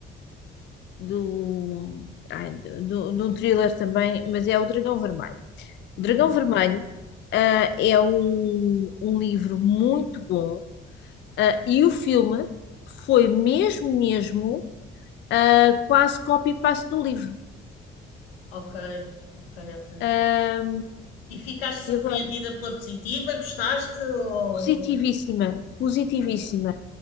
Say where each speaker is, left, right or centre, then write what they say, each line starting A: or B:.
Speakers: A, on the left (about 40°); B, on the left (about 80°).
A: Do, ai, do, de um thriller também, mas é o Dragão Vermelho.
B: Uhum.
A: Dragão Vermelho, ah, é um, um livro muito bom, ah, e o filme foi mesmo, mesmo, ah, quase copy-paste do livro.
B: Ok, ok, ok.
A: Ah,
B: E ficaste surpreendida
A: e agora,
B: pela positiva? Gostaste? Ou...
A: positivíssima, positivíssima.
B: Ok.